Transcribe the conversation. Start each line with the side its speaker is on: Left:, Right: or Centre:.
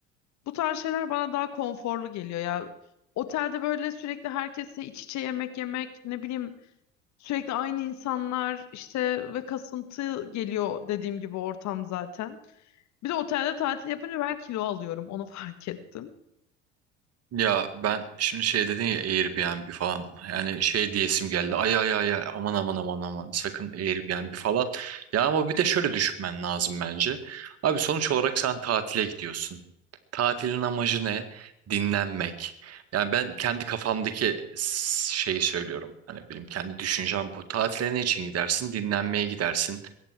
Left: Bu tarz şeyler bana daha konforlu geliyor ya. Otelde böyle sürekli herkesle iç içe yemek yemek, ne bileyim sürekli aynı insanlar işte ve kasıntı geliyor dediğim gibi ortam zaten. Bir de otelde tatil yapınca ben kilo alıyorum onu <laughs> fark ettim.
Right: Ya ben şimdi şey dedin ya Airbnb falan yani şey diyesim geldi ay ay ay ay, aman aman aman aman sakın Airbnb falan ya ama bir de şöyle düşünmen lazım bence abi sonuç olarak sen tatile gidiyorsun tatilin amacı ne dinlenmek yani ben kendi kafamdaki s- şeyi söylüyorum hani benim kendi düşüncem bu tatile ne için gidersin dinlenmeye gidersin